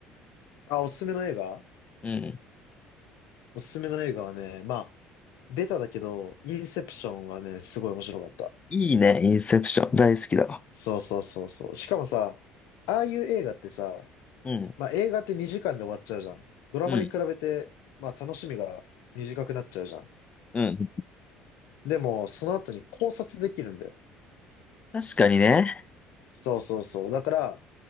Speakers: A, on the left (about 70°); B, on the left (about 25°).
A: うあ、おすすめの映画
B: うん。
A: おすすめの映画はね、まあ、ベタだけど、インセプションはね、すごい面白かった。
B: いいね、インセプション。大好きだわ。
A: そうそうそうそう。しかもさ、ああいう映画ってさ、
B: うん、
A: まあ映画って2時間で終わっちゃうじゃん。ドラマに比べて、
B: うん、
A: まあ楽しみが短くなっちゃうじゃん。
B: うん。
A: でも、その後に考察できるんだよ。
B: 確かにね。
A: そうそうそう。だから、